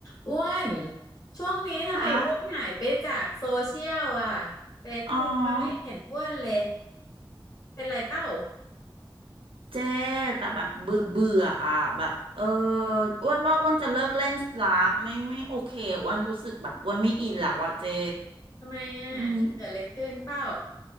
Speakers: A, on the left (about 45°); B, on the right (about 85°).
A: อ้วนช่วงนี้ทำไมอ้วนหายไปจากโซเชียลอ่ะ
B: ค่ะ
A: เฟซบุ๊กก็ไม่เห็นอ้วนเลย
B: อ๋อ
A: เป็นไรเป้า
B: เจ๊แต่แบบเบื่อเบื่ออ่ะแบบเอออ้วนว่าอ้วนจะเลิกเล่นละไม่ไม่โอเคอ้วนรู้สึกแบบอ้วนไม่อินแล้วอ่ะเจ๊
A: ทำไมอ่ะเกิดอะไรขึ้นเป้า
B: อืม